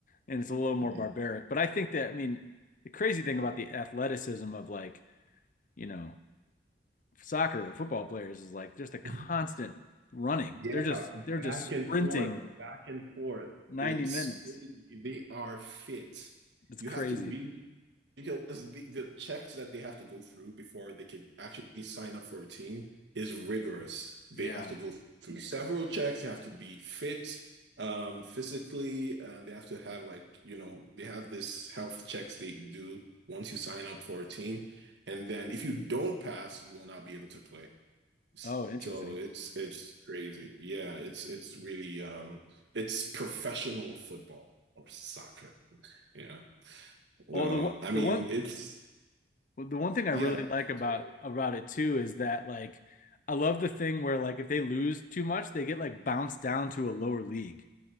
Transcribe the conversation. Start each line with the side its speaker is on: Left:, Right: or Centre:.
Left: and it's a little more
Right: Yeah.
Left: barbaric. But I think that I mean, the crazy thing about the athleticism of like, you know, soccer or football players is like just a constant
Right: Mhm.
Left: running.
Right: Yeah,
Left: They're just they're
Right: back
Left: just sprinting
Right: and forth, back and forth.
Left: 90
Right: It's
Left: minutes.
Right: crazy. They are fit.
Left: It's
Right: You
Left: crazy.
Right: have to really Because the, the checks that they have to go through before they can actually sign up for a team is rigorous. They
Left: Yeah.
Right: have to go through several checks. They have to be fit, um, physically, and they have to have like, you know, they have this health checks they do once you sign up for a team. And then if you don't pass, you will not be able to play.
Left: Oh, interesting.
Right: So it's it's crazy. Yeah, it's it's really um it's professional football or soccer. Yeah. Well,
Left: Oh, the one-
Right: I mean,
Left: the one
Right: it's
Left: well, the one thing I
Right: yeah.
Left: really like about
Right: Sorry, David.
Left: about it too is that like I love the thing where like if they lose too much, they get like bounced down to a lower league.